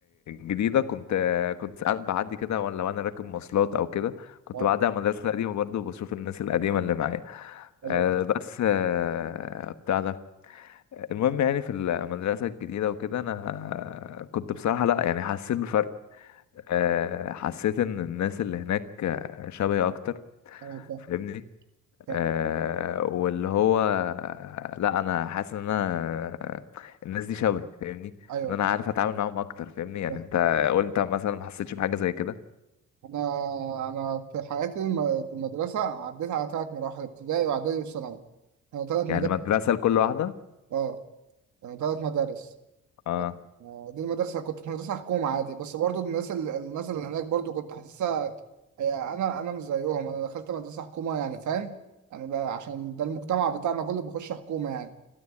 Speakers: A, on the left; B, on the right.
A: جديدة كنت كنت ساعات بعدي كده وانا لو انا راكب مواصلات او كده كنت
B: اه
A: بعدي على المدرسة القديمة برضه وبشوف الناس القديمة اللي معايا
B: ايوه
A: آه، بس آه، بتاع ده المهم يعني في المدرسة الجديدة وكده انا كنت بصراحة لا يعني حسيت بفرق آه، حسيت ان الناس اللي هناك آه، شبهي اكتر
B: ايوه فاهم
A: فاهمني
B: فاهم.
A: آه واللي هو لا انا حاسس ان انا الناس دي شبهي فاهمني
B: ايوه
A: ان انا عارف اتعامل معاهم اكتر فاهمني يعني
B: فاهم.
A: انت قلت مثلا ما حسيتش بحاجه زي كده
B: انا انا في حياتي الم- في المدرسه عديت على ثلاث مراحل ابتدائي واعدادي وثانوي كانوا ثلاث مدارس
A: يعني مدرسه لكل واحده
B: اه كانوا ثلاث مدارس
A: اه
B: آه، دي المدرسه كنت في مدرسه حكومه عادي بس برضو الناس ال- الناس اللي هناك برضو كنت حاسسها هي انا انا مش زيهم انا دخلت مدرسه حكومه يعني فاهم يعني بقى عشان ده المجتمع بتاعنا كله بيخش حكومه يعني